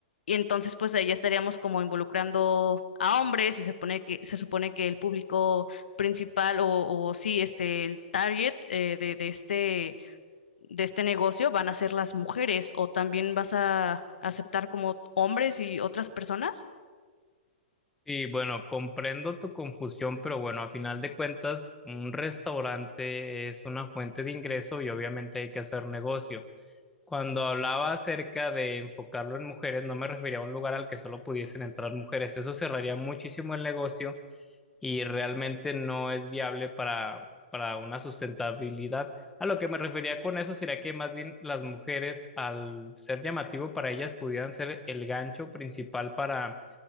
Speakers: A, on the left; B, in the centre.
A: Y entonces, pues ahí ya estaríamos como involucrando a hombres y se pone que, se supone que el público principal o, o sí, este, el target eh, de, de este, de este negocio van a ser las mujeres o también vas a aceptar como hombres y otras personas?
B: Y bueno, comprendo tu confusión, pero bueno, a final de cuentas, un restaurante es una fuente de ingreso y obviamente hay que hacer negocio. Cuando hablaba acerca de enfocarlo en mujeres, no me refería a un lugar al que solo pudiesen entrar mujeres. Eso cerraría muchísimo el negocio y realmente no es viable para, para una sustentabilidad. A lo que me refería con eso sería que más bien las mujeres, al ser llamativo para ellas, pudieran ser el gancho principal para